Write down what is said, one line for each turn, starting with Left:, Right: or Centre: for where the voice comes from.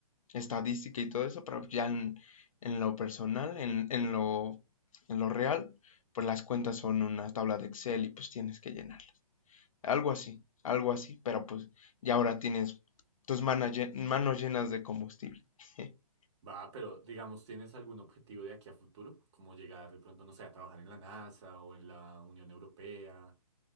Left: estadística y todo eso, pero ya en, en lo personal, en, en, lo, en lo real, pues las cuentas son una tabla de Excel y pues tienes que llenarlas. Algo así, algo así, pero pues ya ahora tienes tus manos, llenas de combustible. <laughs>
Right: Va, pero digamos, ¿tienes algún objetivo de aquí a futuro? Como llegar de pronto, no sé, a trabajar en la NASA o en la Unión Europea.